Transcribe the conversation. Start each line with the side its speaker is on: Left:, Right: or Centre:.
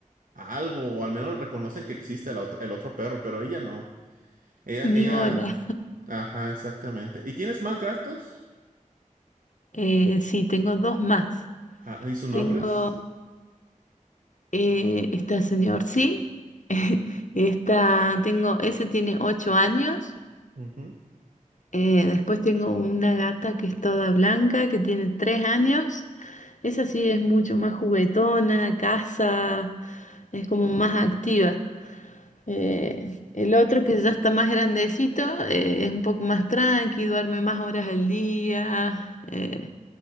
Right: a algo, o al menos reconocen que existe la ot- el otro perro, pero ella no. Ella,
Left: Ni
Right: ella,
Left: bola,
Right: ajá, exactamente. ¿Y tienes más gastos?
Left: Eh, sí, tengo dos más.
Right: Ah, ¿y sus
Left: Tengo
Right: nombres?
Left: eh, esta señor, sí. <laughs> Esta, tengo, ese tiene ocho años.
Right: Ujú.
Left: Eh, después tengo una gata que es toda blanca, que tiene tres años. Esa sí es mucho más juguetona, caza, es como más activa. Eh, el otro que ya está más grandecito, eh, es un poco más tranqui, duerme más horas al día. eh,